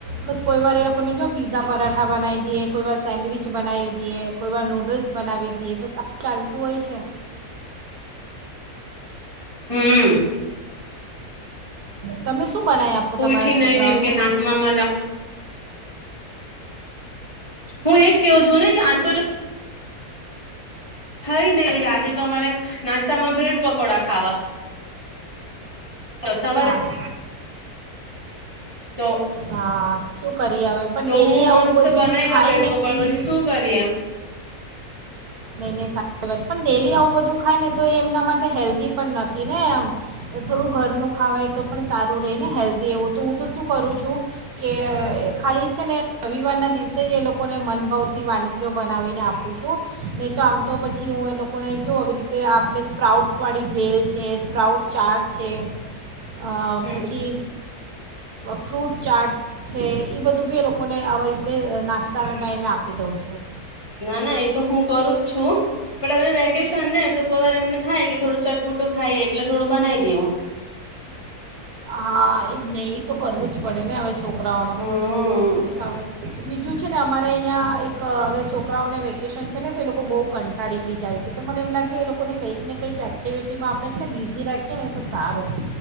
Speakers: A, on the right; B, on the left.
A: બસ કોઈ વાર એ લોકોને જો પીઝા પરાઠા બનાવી દઈએ કોઈવાર સેન્ડવીચ બનાવી દઈએ કોઈવાર નૂડલ્સ બનાવી દઈએ બસ આ ચાલતું હોય છે.
B: હમ
A: તમે શું બનાવી આપો તમારા
B: ઉઠી
A: છોકરાઓને.
B: નઈ ને એમ કે નાસ્તામાં મને હું એજ. કેવું છું ને કે આજુ થઈ નહ આજે તમારે નાસ્તામાં બ્રેડ પકોડા ખાવા. સવારે
A: હા.
B: તો
A: સા શું કરી હવે પણ
B: તો
A: ડેલી
B: હું
A: આવું
B: મસ્ત
A: બધું
B: બનાવ્યા
A: ખાય
B: બ્રેડ
A: ને
B: પકોડા
A: બી
B: પછી શું કરીએ?
A: નહી નહી સારી વાત પણ ડેલી આવું બધું ખાય ને તો એ એમના માટે હેલ્ધી પણ નથી, ને એમ થોડું ઘરનું ખવા તો પણ સારું રહી ને હેલ્ધી એવું તો હું તો શું કરું છું કે ખાલી છે ને રવિવારના દિવસે જ એ લોકોને મનભાવતી વાનગીઓ બનાવીને આપું છું. તો નહીં તો આમ તો પછી હું એ લોકોને જોઉં આવી રીતે આપણે સ્પ્રાઉટ્સ વાળી ભેલ છે, સ્પ્રાઉટ ચાર્ટ છે. અ
B: હમ
A: પછી ફ્રૂટ ચાટ્સ છે, એ બધું બી એ લોકો એ લોકો ને આવી રીતે નાસ્તો ચાના ટાઈમે આપી દઉં છું.
B: ના ના એ તો હું કરું જ છું પણ હવે વેકેશન ને તો કોઈ વાર એમને થાય કે થોડું ચટપટું ખાઈ એટલે થોડું બનાવી દેવું.
A: હા એજ ને એ તો કરવું જ પડે ને હવે છોકરાઓ છકરાઓને,
B: હમ
A: બીજું છે ને અમારે અહીંયા ક હવે છોકરાઓને વેકેશન છે ને તો એ લોકો બહુ કંટાળી બી જાય છે તો મને એમ લાગે એ લોકોને કંઈક ને કંઈક એક્ટિવિટીમાં આપણે છે, ને બિઝી રાખીએ ને તો સારું.